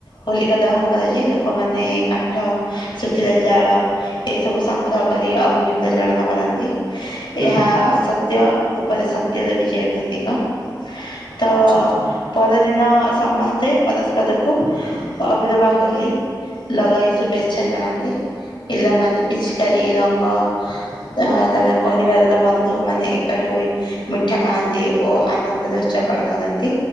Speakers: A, on the left; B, on the right.
A: ହୋଲିକା ଦହନ କରାଯାଏ ଲୋକମାନେ କାଠ, ଶୁଖିଲା ଜାଳ, ଏସବୁ ସଂଗ୍ରହ କରି ଅଗ୍ନି ପ୍ରଜ୍ଳନ କରନ୍ତି।
B: ହୁଁ
A: ଏହା ଅସ ଅସତ୍ୟ ଉପରେ ସତ୍ୟର ବିଜୟ ପ୍ରତୀକ ତ
B: ଆଚ୍ଛା ଆଚ୍ଛା
A: ପରଦିନ ସମସ୍ତେ ପରସ୍ପରକୁ ଅବିରବା ହୋଲି ଲଗାଇ ଶୁଭେଚ୍ଛା ଜଣାନ୍ତି। ପିଲାମାନେ ପିଚକାରୀ, ରଙ୍ଗ, ଅ ତାପରେ ପରିବାରର ବନ୍ଧୁ ମାନେ ଏକାଠି ହୋଇ ମିଠା ଖାଆନ୍ତି। ଆନନ୍ଦର ଉତ୍ସବ ପାଳନ କରନ୍ତି,